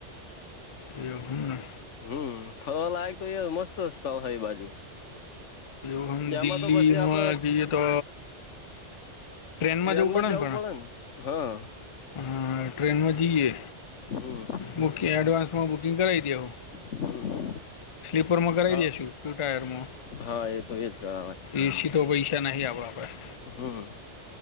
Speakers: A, on the left; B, on the left.
A: એવુ હમ ના
B: હમ ફરવાલાાયક તો યાર મસ્ત રસ્તાઓ હ એ બાજુ
A: એવું આમ
B: એમાં
A: દિલ્હીમાં
B: તો પછી આપડ
A: જઈએ તો ટ્રેનમાં
B: ટ્રેન માં જ જવું
A: ને પણ
B: પડે ન, હા
A: હા ટ્રેનમાં જઈએ
B: હમ
A: બુક એડવાન્સમાં બુકિંગ કરાવી દેંહુ
B: હમ
A: સ્લીપરમાં કરાવ
B: હા
A: દે છું ટુ ટાયરમાં
B: હા એ તો એજ કરાવાય
A: એસી તો પૈસા નહી આપડા પાહે
B: હમ